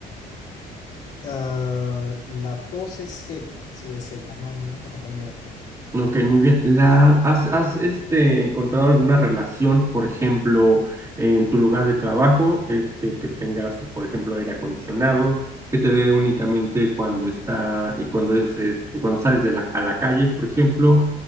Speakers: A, on the left (about 80°); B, on the right (about 20°).
A: Ah, la tos es seca, sí es seca, no, no, no está acompañada de flema.
B: Ok, muy bien. La, ¿has, has, este, encontrado alguna relación, por ejemplo, en tu lugar de trabajo, este, que tengas, por ejemplo, aire acondicionado, que te dé únicamente cuando está, eh, cuando es, este, cuando sales de la, a la calle, por ejemplo,